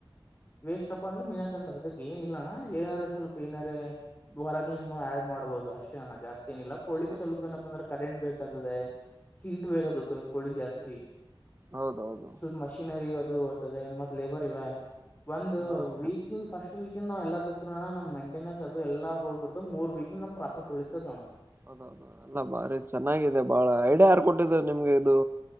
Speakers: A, on the left; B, on the right.
A: ವೇಸ್ಟ್ ಅಪ್ಪ ಅಂದ್ರೆ ಮೀನಾದ ಅಂತ ಅದಕ್ ಏನ ಇಿಲ್ಲಣ್ಣ ಏನಾದಾರ ಸ್ವಲ್ಪ ಏನಾರ ದ್ವರಿಂದ ಆಡ್ ಮಾಡ್ಬಹುದು ಅಷ್ಟೇ ಅಣ ಜಾಸ್ತಿ ಏನಿಲ್ಲ ಕೋಳಿಗ್
B: ಅಷ್ಟೇ
A: ಸ್ವಲ್ಪ ಏನಪ್ಪ ಅಂದ್ರೆ ಕರೆಂಟ್ ಬೇಕಾದದೆ ಹೀಟ್ ಬೇಗ ಕೋಳಿಗ್ ಜಾಸ್ತಿ
B: ಹೌದೌದು
A: ಸ್ವಲ್ಪ ಮಷೀನರಿ ್ತದೆ ಮ ಲೇಬರ್ ಇದೆ ಒಂದು
B: ಹಾ
A: ವೀಕ ಇ ಫಸ್ಟ್ ಎ ವೀಕ ನಾವ ಎಲ್ಲ ತಗ್ರೋಣ ನ ಮಂೆನೆನ್ಸ್ ಅದು ಎಲ್ಲ ಹೋಗ್ಬಡ್ತದ್ ಮೂರ್ ವೀಕಂದ ನಮ ಪ್ರಫಟ್ ಉಳಿತದ ಅಣ್ಣ
B: ಹೌದೌದ ಅಲ್ಲ ಭಾರಿ ಚೆನ್ನಾಗಿದೆ ಬಾಳ ಐಡಿಯ ಯಾರು ಕೊಟ್ಟಿದರು ನಿಮ್ಗೆ ಇದು